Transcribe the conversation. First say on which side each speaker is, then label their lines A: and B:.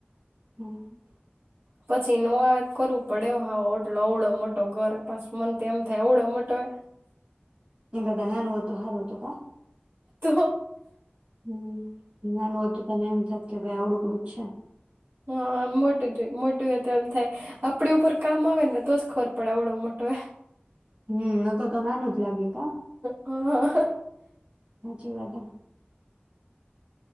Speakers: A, on the right; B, on the right.
A: હમ્મ.
B: પછી નો આવે તો કરવું પડે હો હાવ ઓટલો અવડો મોટો ઘરે પસ મન તો એમ થાય અવડો મોટો હોય
A: એન કરતા નાનુ હોય તો હારુ. તો કાં?
B: તો
A: હમ્મ, નાનું હોતું પણ એમ થાય કે ભાઈ આવડું અચ્છા.
B: હા મોટું જોઈ મોટું હો તો એમ થાય આપડી ઉપર કામ આવે ને તો જ ખબર પડે ઓડો મોટો એ.
A: હમ્મ ન ક તો નાનું જ લાગ્યું.
B: હા.
A: સાચીવાદ.